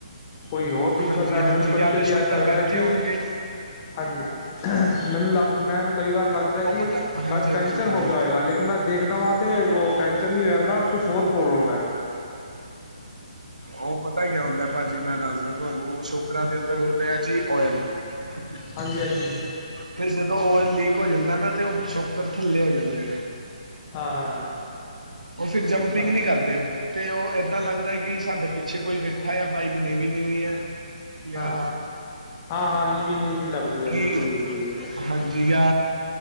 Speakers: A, on the left; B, on the right.
A: ਕੋਈ ਹੋਰ ਦਿੱਕਤ
B: ਹਾਂਜੀ
A: ਐ,
B: ਹਾਂਜੀ
A: ਮੈਨੂੰ ਕਦੀ-ਕਦੀ
B: ਜਾਂ ਤੇ ਸ਼ੋਕਰ
A: ਐਂਜ ਲੱਗਦੈ
B: ਬੈਠੇ
A: ਕਿ
B: ਹੋਣਗੇ
A: ਹਾਂਜੀ ਹਾਂ ਮੈਨੂੰ ਲੱਗ ਮੈਨੂੰ ਕਈ ਵਾਰ ਲੱਗਦਾ ਕਿ
B: ਉਹ ਪਤਾ
A: ਸ਼ਾਇਦ
B: ਹਾਂਜੀ ਹਾਂਜੀ
A: ਪੈਂਚਰ
B: ਹਾਂਜੀ
A: ਹੋ ਗਿਆ ਹੋਏਗਾ ਲੇਕਨ ਮੈਂ ਦੇਖਦਾ ਵਾਂ ਤੇ, ਉਹ ਪਨਚਰ ਨਹੀਂ ਹੋਇਆ ਹੁੰਦਾ ਕੁਛ ਹੋਰ ਪ੍ਰੋਬਲਮ ਹੈ।
B: ਉਹ ਪਤਾ ਕਿਆ ਹੁੰਦਾ ਭਾਜੀ ਮੈਂ ਦੱਸਦਾ ਤੁਹਾਨੂੰ ਸ਼ੋਕਰਾ ਦੇ ਅੰਦਰ ਹੁੰਦੇ ਆ ਜੀ ਓਇਲ <unintelligible>
A: ਹਾਂਜੀ ਹਾਂਜੀ,
B: ਫਿਰ ਜਦੋਂ ਓਇਲ ਲੀਕ ਹੋ ਜਾਂਦਾ ਨਾ ਤੇ ਉਹ ਸ਼ੋਕਰ ਥੱਲੇ ਹੋ ਜਾਂਦੇ ਨੇ
A: ਹਾਂ ਹਾਂ ਹਾਂ,
B: ਉਹ ਫਿਰ ਜੰਪਿੰਗ
A: ਅੱਛ
B: ਨਹੀਂ ਕਰਦੇ। ਅਤੇ ਉਹ ਇੱਦਾਂ ਲੱਗਦਾ ਕਿ ਸਾਡੇ ਪਿੱਛੇ ਕੋਈ ਬੈਠਾ ਆ ਬਾਈਕ ਨੀਵੀਂ ਨੀਵੀਂ ਹੈ। ਜਾਂ
A: ਹਾਂ ਹਾਂ ਹਾਂ ਨੀਵੀਂ ਨੀਵੀਂ ਜੀ ਲੱਗਦੀ ਹੈ,
B: ਕੀ
A: ਬਿਲਕੁਲ ਬਿਲਕੁਲ
B: ਹਾਂਜੀ ਆ